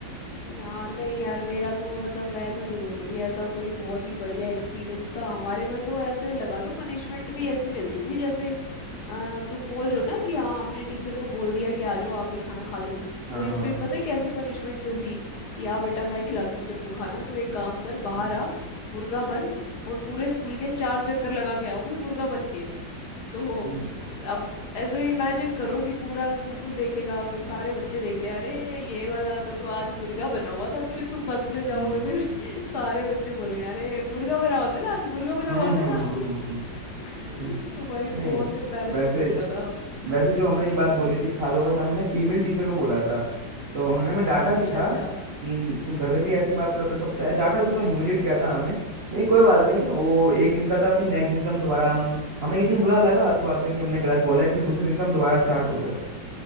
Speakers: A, on the left; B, on the right.
A: ना नहीं यार मेरा तो मतलब मैं तो नहीं बोलूंगी ऐसा कोई बहुत ही बढ़िया एक्सपीरियंस था हमारे में तो ऐसे लगा लो पनिशमेंट भी ऐसी मिलती थी जैसे आ, तुम बोल रहे हो ना कि हाँ हमने टीचर को बोल दिया कि आ जाओ आप भी खाना खा लो
B: हाँ
A: तो इस
B: हाँ
A: पे पता है कैसी पनिशमेंट मिलती कि आ बेटा मैं खिलाती हूँ तेरे को खाना तू एक काम कर बाहर
B: हम्म
A: आ मुर्गा बन और पूरे स्कूल के चार चक्कर लगा के आओ भी मुर्गा बन के तो
B: हम्म
A: अब ऐसे इमेजिन करो कि पूरा स्कूल देखेगा फिर सारे बच्चे देख रहे हैं अरे ये वाला तो आज मुर्गा बना हुआ था तो फिर तुम बस में जाओगे
B: हम्म
A: फिर <laughs> सारे बच्चे बोलेंगे अरे मुर्गा बना हुआ था ना आज मुर्गा बना
B: हम्म
A: हुआ
B: हम्म,
A: था ना
B: हम्म,
A: <laughs>
B: हम्म, हम्म,
A: <laughs>
B: हम्म, हम्म,
A: तो भाई
B: नहीं
A: बहुत एम्बैरेसिंग
B: वैसे
A: होता था
B: वैसे जो हमने ये बात बोली थी खालो बस हमने फीमेल टीचर को बोला था तो उन्होंने हमें डांटा
A: अच्छा
B: भी था
A: अच्छा
B: कि तुम घर में भी ऐसी बात करते हो सबसे डांटा भी था तो ह्यूमिलेट किया था हमें लेकिन कोई बात नहीं वो एक दिन का था फिर नेक्स्ट दिन से हम दोबारा हम हमें एक दिन बुरा लगा शुरुआत में कि हमने गलत बोला है फिर दूसरे दिन से हम दोबारा स्टार्ट हो गए